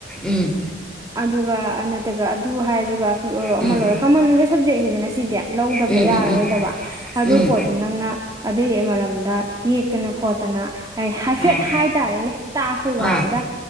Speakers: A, in the centre; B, on the right (about 20°).
A: ꯎꯝ
B: ꯑꯗꯨꯒ ꯅꯠꯇ꯭ꯔꯒ ꯑꯗꯨ ꯍꯥꯏꯔꯖꯨ ꯑꯣꯏꯔꯣ
A: ꯎꯝ
B: ꯑꯃꯜ ꯑꯣꯏꯔ ꯀꯃ <inaudible> ꯁꯞꯖꯦꯛꯅꯤꯗꯅ ꯁꯤꯗꯤ ꯂꯧꯗꯕ
A: ꯎꯝ ꯎꯝ
B: ꯌꯥꯔꯔꯣꯏꯗꯕ
A: ꯎꯝ
B: ꯑꯗꯨ
A: ꯎꯝ
B: ꯄꯣꯠꯇꯨ ꯅꯪꯅ ꯑꯗꯨꯒꯤ ꯃꯔꯝꯗ ꯌꯦꯛꯇꯅ ꯈꯣꯠꯇꯅ ꯍꯥꯏ ꯍꯥꯏꯐꯦꯠ
A: ꯑꯥ
B: ꯍꯥꯏꯇꯥꯔꯦꯅꯦ ꯇꯥꯛꯄꯩ ꯋꯥꯅꯤꯗ
A: ꯑꯥ